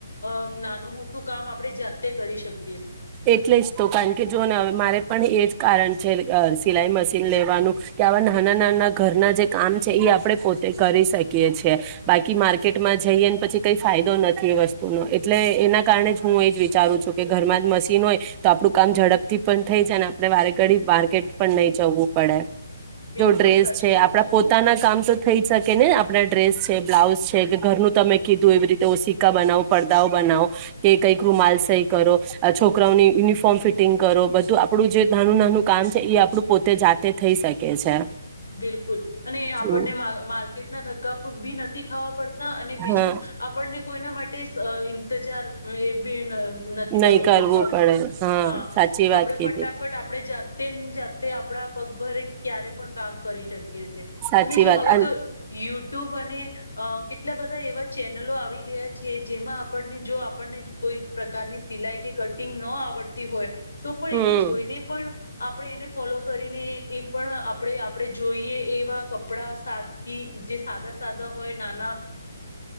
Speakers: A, on the left (about 80°); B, on the right (about 25°).
A: અ નાન નુ મોટું કામ આપડે જાતે. કરી શકીએ છીએ.
B: એટલે જ તો કાણ કે જોવને મારે પણ એ જ કારણ છે અ સિલાઈ મશીન લેવાનું કે આવા નાના નાના ઘરના જે કામ છે એ આપણે પોતે કરી શકીએ છીએ બાકી માર્કેટમાં જઈએને પછી કઈ ફાયદો નથી એ વસ્તુનો એટલે એના કારણે જ હું એ જ વિચારું છું કે ઘરમાં જ મશી ટીન હોય તો આપડું કામ ઝડપથી પણ થઈ જાને આપડે વારે ઘડી માર્કેટ પણ નઈ જવું પડે.
A: બિલકુલ
B: જો ડ્રેસ
A: સાચું
B: છે
A: કહો
B: આપડા
A: છો
B: પોતાના કામ તો. થઈજ શકે ને આપણા ડ્રેસ છે બ્લાઉસ છે કે ઘરનું તમે કીધું એવી રીતે ઓસિકા બનાવો પરદાઓ બનાવો કે કંઈક રૂમાલ સઈ કરો અ છો. છોકરાઓની ઈનિફોર્મ ફિટિંગ કરો બધું આપડુ જે નાનું નાનું કામ છે એઈ આપડું પોતે જાતે થઈ શકે છે.
A: બિલકુલ અને આપણને
B: હમ
A: મા અ માર્કેટના ધક્કા પ ભી નથી ખાવા. અ અને બીજું
B: હા
A: આપણને. કોઈના માટે ઇંતજાર એ બી નથી
B: નહી
A: કરવો
B: કરવું
A: પડતો
B: પડે
A: હા
B: સાચી
A: આપડે
B: વાત કીધી
A: ફટાફટ આપણેે જાતે ન જાતે તે આપણા પગભરે ક્યારે પણ કામ કરી શકે.
B: સાચી
A: અને જો
B: વાત
A: હવે
B: અન
A: તો યુટ્યુબ અને અ. કેટલા બધા એવા ચેનલો આવી ગયા છે છે જેમાં આપણને જો આપણને કોઈ પ્રકારની સિલાઈ કે કટિંગ ન આવડતી હોય તો પણ
B: હમ
A: એને જોઈને પણ આપણે એને ફોલો કરીને એ પણ આપ આપણે આપણે જોઈએ એવા કપડાં સાદગી જે સાદા સાદા હોય નાના